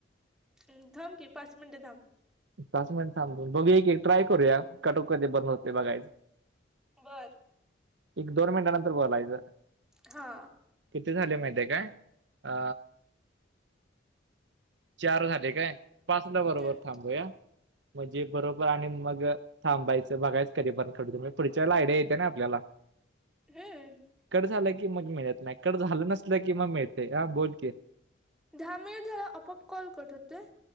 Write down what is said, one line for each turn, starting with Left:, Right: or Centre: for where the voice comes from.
Centre: हम्म थांब की पाच मिनिट थांब.
Right: पाच मिंट थांबू बघूया की एक ट्राय करूया की कटोकट कधी बंद होते बघायचा.
Centre: बरं
Right: एक दोन मिनिटानंतर बोलायचं.
Centre: हा.
Right: किती झाले माहितीय काय अ चार झाले काय पाचला
Centre: हम्म
Right: बरोबर थांबूया म्हणजे बरोबर आणि मग थांबायचं बघायचा कधी पण <unintelligible> पुढच्याला आयडिया येते ना आपल्याला.
Centre: हें
Right: कट झालं की मग मिळत नाही कट झालं नसलं की मग मिळते हा बोल की.
Centre: दहा मिनिट झाल्यावर आपोआप कॉल कट होतोय?